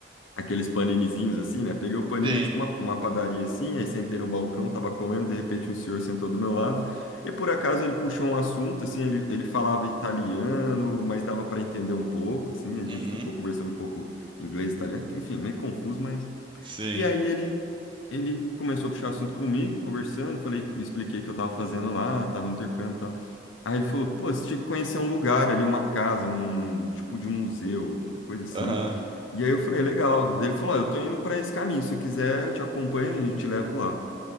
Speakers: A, on the left; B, on the right.
A: aqueles paninizinhos assim, né? Peguei o panini,
B: Sim.
A: é tipo uma, uma padaria assim, aí sentei no balcão, tava comendo, de repente um senhor sentou do meu lado, e por acaso ele puxou um assunto, assim, ele, ele falava italiano, mas dava para entender um pouco, assim, a gente
B: Uhum.
A: ficou conversando um pouco inglês, italiano, que, enfim, meio confuso, mas...
B: Sim.
A: E aí ele... Ele começou a puxar assunto comigo, conversando, falei, expliquei o que eu tava fazendo lá, tava no intercâmbio e tal. Aí ele falou, pô, você tinha que conhecer um lugar ali, uma casa, um tipo de um museu, uma coisa assim.
B: Aham.
A: E aí eu falei, legal. Daí Ele falou, ó, eu tô indo pra esse caminho, se eu quiser eu te acompanho e te levo lá.